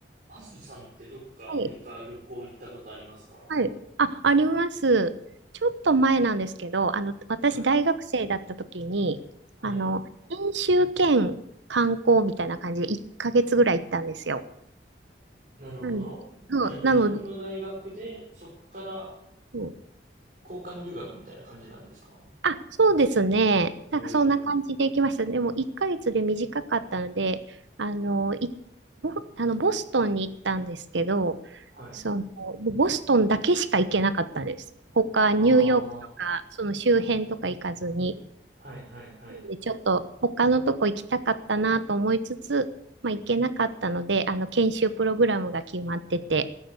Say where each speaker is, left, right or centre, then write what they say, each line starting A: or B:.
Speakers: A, on the right (about 45°); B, on the right (about 85°).
A: アスさんってどっかアメリカ旅行行ったことありますか
B: はい。はい。あ、あります。ちょっと前なんですけど、あの、私、
A: はい。
B: 大学生だった時に、
A: はい。
B: あの、研修兼観光みたいな感じで1ヶ月ぐらい行ったんですよ。
A: なるほど。
B: なん、そうなので、
A: じゃあ、日本の大学で、そっから
B: あと
A: 交換留学みたいな感じなんですか
B: あ、そうですね。なんかそんな感じで行きました。
A: ええー、
B: でも1ヶ月で短かったので、あの、い、ボ、あのボストンに行ったんですけど、
A: はい。
B: その、ボストンだけしか行けなかったです。他、
A: ああ、
B: ニューヨークとか、
A: は
B: その周辺とか行かずに。
A: いはいはい。
B: で、ちょっと他のとこ行きたかったなと思いつつ、まあ行けなかったので、あの、研修プログラムが決まってて、